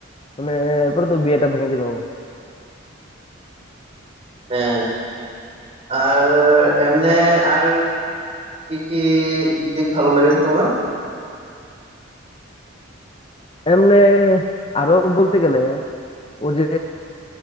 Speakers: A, on the left; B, on the right.
A: মানে এরপর তো বিয়েটা ভেঙে দিল ও।
B: আহ, আর এমনে আর কি কি দিক ভালো লেগেছে তোমার
A: এমনে আরো বলতে গেলে ও যে